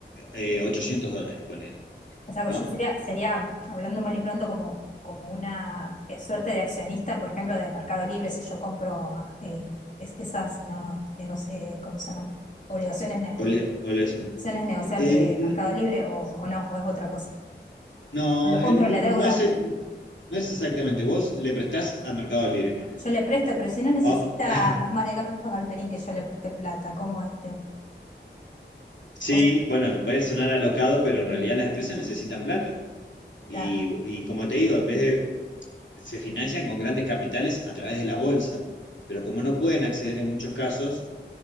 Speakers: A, on the left (about 75°); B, on the left (about 40°).
A: eh, ochocientos dólares, ponele,
B: O sea,
A: ¿no?
B: yo sería, sería, hablando mal y pronto, como, como una eh, suerte de accionista, por ejemplo, de Mercado Libre, si yo compro eh, es- esas, no, nego- eh, ¿cómo se llaman? Obligaciones, ne-
A: Obli- obligación.
B: acciones negociables
A: Eh, eh,
B: de
A: n-
B: Mercado Libre o, o no, o es otra cosa.
A: no,
B: O lo
A: eh,
B: compro
A: n-
B: la deuda.
A: no es, e- no es exactamente, vos le prestás a Mercado Libre, ponele.
B: Yo le presto, pero si no necesita,
A: Oh, <laughs>
B: ma- ma- Marcos Galperín que yo le presté plata, ¿cómo es el tema?
A: sí,
B: O sea,
A: bueno, puede sonar alocado, pero en realidad las empresas necesitan plata. Y,
B: claro,
A: y como te digo, en vez de, se financian con grandes capitales a través de la bolsa, pero como no pueden acceder en muchos casos,